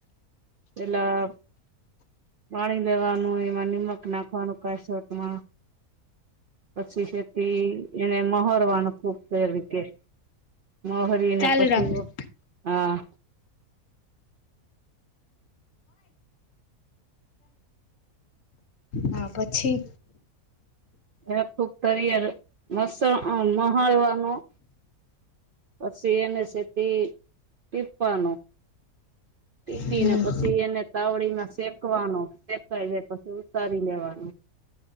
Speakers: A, on the right; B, on the left.
A: પેલા બાણી લેવાનું એમાં નિમક નાખવાનું કશોતમાં. પછી છેતે એ-એ-એને મહોરવાનું ખૂપ કે મહો એના
B: ચાલુ
A: પશુઓ,
B: રાખજો
A: હા.
B: હા પછી.
A: એૂક તિયાર મસ મહાડવાનું. પછી એને સેતી ટીપવાનું. ટીપીને
B: હમ
A: પછી એને તાવડીમાં શેકવાનો, શેકાઈ જાય પછી ઉતારી લેવાનો.